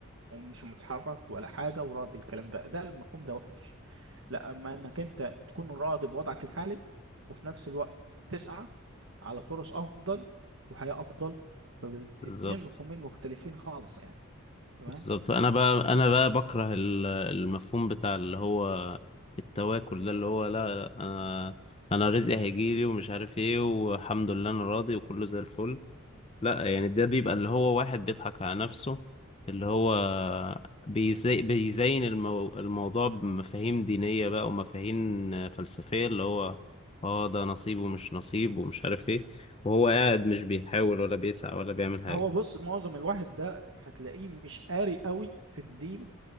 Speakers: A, on the right (about 65°); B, on the left (about 30°).
A: ومش متحرك ولا حاجة وراضي الكلام ده ده المفهوم ده وحش لا اما انك انت تكون راضي بوضعك الحالي وفي نفس الوقت تسعى على فرص افضل وحياة افضل فاتنين
B: بالظبط
A: مفهومين مختلفين خالص يعني تمام
B: بالظبط انا بقى انا بقى بكره ال- المفهوم بتاع اللي هو التواكل ده اللي هو لا, لا انا انا رزقي هيجيلي ومش عارف ايه والحمد لله انا راضي وكله زي الفل لا يعني ده بيبقى اللي هو واحد بيضحك على نفسه اللي هو بيزي بيزين المو... الموضوع بمفاهيم دينية بقى ومفاهيم فلسفية اللي هو اه ده نصيب ومش نصيب ومش عارف ايه وهو قاعد مش بيحاول ولا بيسعى ولا بيعمل حاجة
A: هو بص معظم الواحد ده هتلاقيه مش قاري قوي في الدين